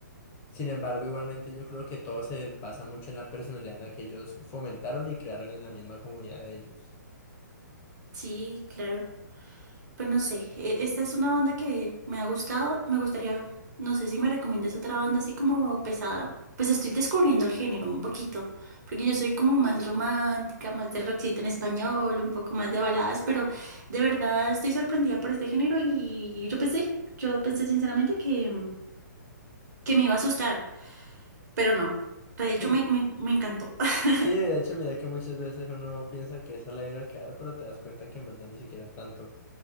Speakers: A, on the left; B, on the right.
A: Sin embargo, igualmente yo creo que todo se basa mucho en la personalidad en la que ellos fomentaron y crearon en la misma comunidad de ellos.
B: sí, claro. Pues no sé, e- esta es una banda que me ha gustado. Me gustaría, no sé si me recomiendas otra banda así como pesada. Pues estoy descubriendo el género un poquito, porque yo soy como
A: Eh,
B: más romántica, más de rockcito en español, un poco más de baladas, pero de verdad estoy sorprendida por este género y yo pensé, yo pensé sinceramente que, que me iba a asustar, pero no. De hecho,
A: <laughs>
B: me, me, me encantó. <laughs>
A: Sí, de hecho, mira que muchas veces uno piensa que esa es la vida que dar, pero te das cuenta que en verdad ni siquiera tanto.